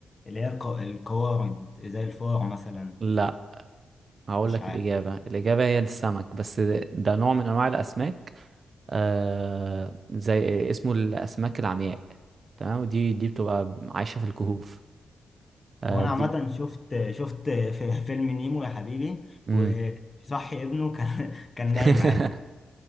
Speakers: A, on the left; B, on the right.
A: اللي هي الق- القوارض زي الفار مثلا
B: لا هقول
A: مش
B: لك
A: عارف
B: الإجابة الإجابة هي السمك بس ده ده نوع من أنواع الأسماك آه زي اسمه الأسماك العمياء تمام ودي دي بتبقى عايشة في الكهوف آه
A: هو انا
B: دي
A: عامه شفت شفت في فيلم نيمو يا حبيبي
B: مم.
A: وصحي ابنه كان <laughs> كان
B: <laughs>
A: نايم عادي